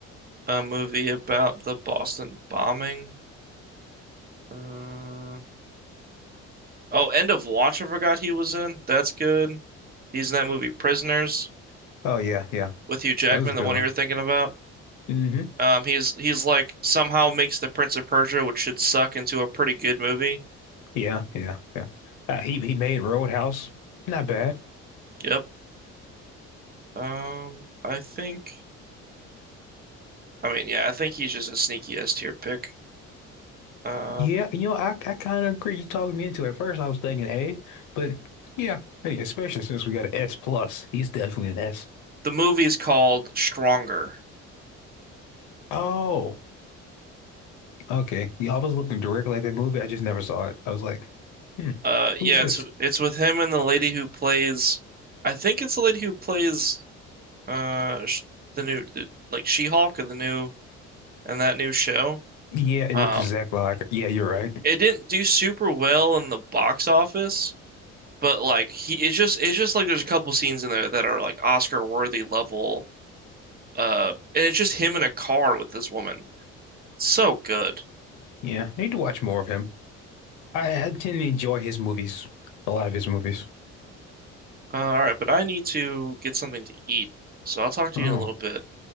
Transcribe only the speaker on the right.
a movie about the Boston bombing. Uh oh, End of Watch I forgot he was in. That's good. He's in that movie Prisoners
with Hugh Jackman,
the
one
you were thinking about.
Um he's he's like somehow makes the Prince of Persia, which should suck, into a pretty good movie.
Yep. Um, I think, I mean, yeah, I think he's just a sneaky S tier pick. Uh,
the movie is called Stronger.
Uh, yeah,
it's it's with him and the lady who plays, I think it's the lady who plays uh sh the new the, like She-Hulk and the new and that new show.
Um,
it didn't do super well in the box office, but like he it's just it's just like there's a couple scenes in there that are like Oscar worthy level. Uh, and it's just him in a car with this woman. So good.
Uh, all right, but I need to get something to eat, so I'll talk to
you in a little bit.